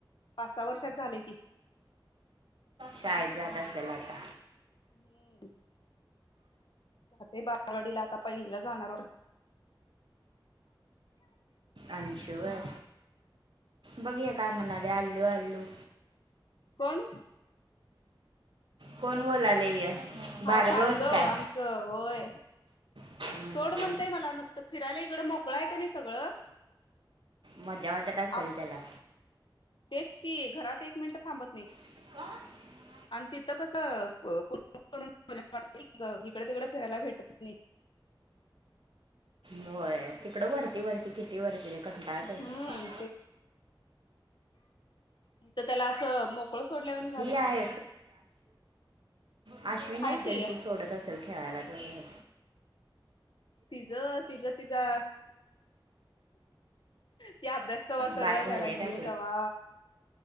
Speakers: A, on the left (about 65°); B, on the right (about 70°).
A: पाच सहा वर्षाच झालय की,
B: शाळेत जात असेल आता.
A: हम्म. जातय बालवाडीला आता पहिलीला जाणार वाट
B: अंशु व्हय. बघ ये काय
A: हम्म
B: म्हणालय आल्लू आल्लू
A: कोण?
B: कोण बोलाले य
A: हा
B: भार्गवच
A: भार्गव
B: काय
A: आमचं होय.
B: हम्म.
A: सोड म्हणतय मला नुसतं फिरायला इकडं मोकळ हाय कनी सगळं
B: मजा वाटत असल
A: आप
B: त्याला
A: तेच कि घरात एक मिनिटं थांबत नाही.
B: ह <unintelligible>
A: आणि तिथं कसं कुठ पण इकड तिकड फिरायला भेटत नाही.
B: होय तिकडं वरती वरती किती वरती ते कंटाळतय
A: हम्म
B: ते
A: इथ त्याला असं मोकळ सोडल्यावानी झालय
B: ही आहे
A: पाक
B: अश्विनी
A: हाय
B: असेल
A: की
B: ती सोडत असेल खेळायला. ती अ
A: तिजं तिज तिजा ते अभ्यास कवा्हा कर
B: बाद झाले
A: त्याला
B: का
A: गेईल कावा